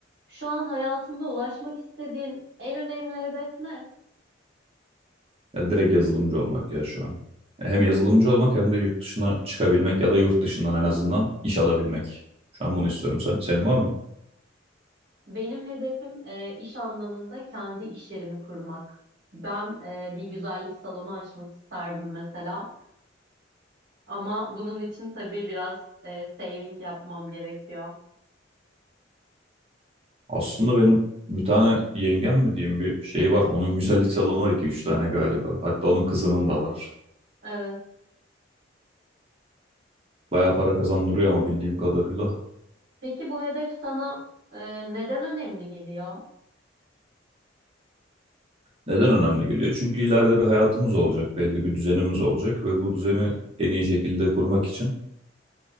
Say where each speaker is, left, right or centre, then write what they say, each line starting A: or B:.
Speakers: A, on the right; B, on the right.
A: Şu an hayatında ulaşmak istediğin en önemli hedef ne?
B: Ya direkt yazılımcı olmak ya şu an. Ya hem yazılımcı olmak hem de yurt dışına çıkabilmek ya da yurt dışından en azından iş alabilmek. Şu an bunu istiyorum. Sen, senin var mı?
A: Benim hedefim e, iş anlamında kendi iş yerimi kurmak. Ben e, bir güzellik salonu açmak isterdim mesela. Ama bunun için tabii biraz e, saving yapmam gerekiyor.
B: Aslında benim bir tane yengem mi diyeyim bir şeyi var. Onun güzellik salonu var iki üç tane galiba. Hatta onun kızının da var.
A: Evet.
B: Bayağı para kazandırıyor ama bildiğim kadarıyla.
A: Peki bu hedef sana e, neden önemli geliyor?
B: Neden önemli geliyor? Çünkü ileride bir hayatımız olacak, belli bir düzenimiz olacak ve bu düzeni en iyi şekilde kurmak için